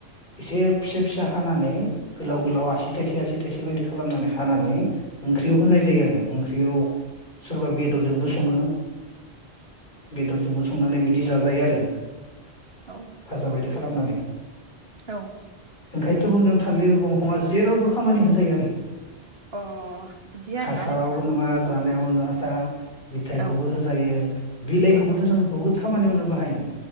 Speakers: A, on the left; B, on the right.
A: एसे फिसा फिसा हानानै गोलाव
B: औ
A: गोलाव आसि थाइसे आसि थायसे बायदि खालामनानै हानानै ओंख्रियाव होनाय जायो आरो ओंख्रियाव सोरबा बेदरजोंबो सङो बेदरजोंबो सं संनानै बिदि जाजायो आरो
B: औ
A: भाजा बायदि खालामनानै
B: औ
A: ओंखायनोथ' बुंदों थालदिर दंफाङा जेरावबो खामानि होजायो आरो
B: अ बिदि आरोना
A: हासाराव
B: नोंथां
A: नङा
B: औ
A: जानायाव नङा था बिथायखौबो
B: औ
A: होजायो बिलाइखौबोथ'
B: औ
A: जों बुहुथ खामानियावनो बाहायो